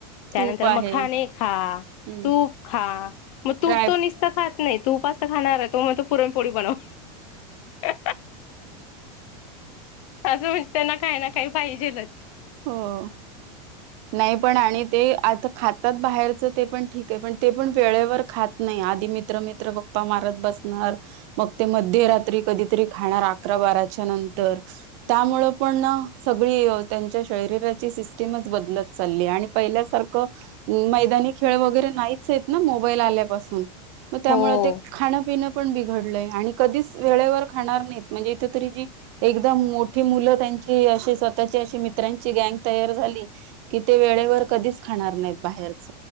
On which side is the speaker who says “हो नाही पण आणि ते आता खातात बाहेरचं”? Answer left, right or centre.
Right